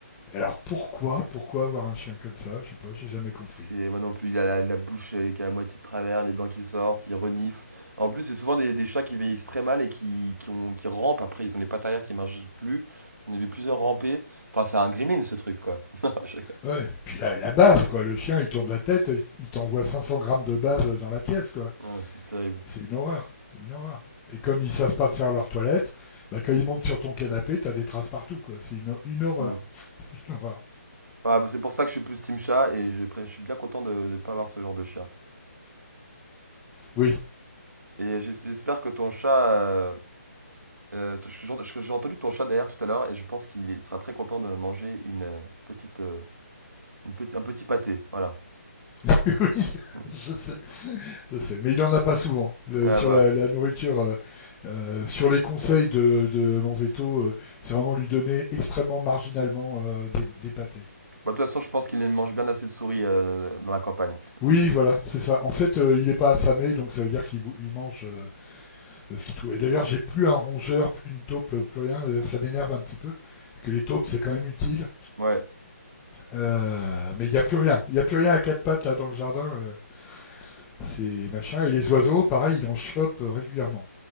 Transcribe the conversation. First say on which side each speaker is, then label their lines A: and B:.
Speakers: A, on the left; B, on the right.
A: alors pourquoi pourquoi avoir un chien comme ça je sais pas j'ai jamais compris
B: C'est moi non plus, il a la, la bouche euh, qui est à moitié de travers, les dents qui sortent, il renifle. En plus, c'est souvent des, des chats qui vieillissent très mal et qui, qui, ont, qui rampent après. Ils ont les pattes arrière qui marchent plus. J'en ai vu plusieurs ramper. Enfin, c'est un gremlin ce truc, quoi. <laughs> Non, je-
A: ouais puis la la bave quoi le chien il tourne la tête il il t'envoie 500 grammes de bave dans la pièce quoi
B: Ah, c'est terrible.
A: C'est une horreur, une horreur. Et comme ils savent pas faire leur toilette, bah quand ils montent sur ton canapé, t'as des traces partout, quoi. C'est une, une horreur,
B: Hmm. Ouais,
A: une horreur.
B: bah, c'est pour ça que je suis plus team chat et je, pré- je suis bien content de ne pas avoir ce genre de chien.
A: Oui,
B: Et j'es- j'espère que ton chat. euh, Euh, t- je- j'en- je- j'ai entendu ton chat derrière tout à l'heure et je pense qu'il est- sera très content de manger une euh, petite, euh, une petit, un petit pâté. Voilà.
A: <laughs> oui, oui,
B: <laughs>
A: je sais, je sais. Mais il en a pas souvent. Le-
B: Ah
A: sur
B: bah.
A: la, la nourriture, euh, euh, sur les conseils de, de mon veto, euh, c'est vraiment lui donner extrêmement marginalement euh, des, des pâtés.
B: Bah, de toute façon, je pense qu'il mange bien assez de souris euh, dans la campagne.
A: Oui, voilà, c'est ça. En fait, euh, il est pas affamé, donc ça veut dire qu'il bou- il mange euh, Euh, ce qu'il trouvait. D'ailleurs, j'ai plus un rongeur, plus une taupe, euh, plus rien. Ça m'énerve un petit peu, parce que les taupes, c'est quand même utile.
B: Ouais.
A: Euh, mais il n'y a plus rien. Il n'y a plus rien à quatre pattes là dans le jardin. Euh, c'est machin. Et les oiseaux, pareil, il en chope régulièrement.